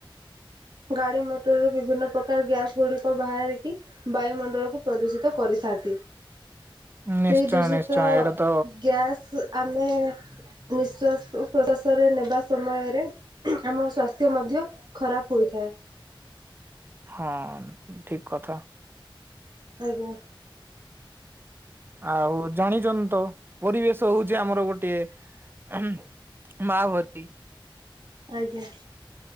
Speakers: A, on the right; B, on the right.
A: ଗାଡି ମଟରରୁ ବିଭିନ୍ନ ପ୍ରକାର ଗ୍ୟାସ ଗୁଡିକ ବାହାରିକି ବାୟୁମଣ୍ଡଳକୁ ପ୍ରଦୂଷିତ କରିଥାନ୍ତି
B: ନିଶ୍ଚୟ
A: ସେଇ ଦୂଷିତ
B: ନିଶ୍ଚୟ ଏଇଟା ତ
A: ଗ୍ୟାସ ଆମେ ନିଶ୍ଵାସ ପ୍ରଶାସରେ ନେବା ସମୟରେ ଆମ ସସ୍ଥ୍ୟ ମଧ୍ୟ ଖରାପ ହୋଇଥାଏ।
B: ହଁ ଠିକ କଥା।
A: ଆଜ୍ଞା।
B: ଆଉ ଜାଣିଛନ୍ତି ତ ପରିବେଶ ହଉଛି ଆମର ଗୋଟିଏ ହୁଁ <unintelligible>
A: ଆଜ୍ଞା।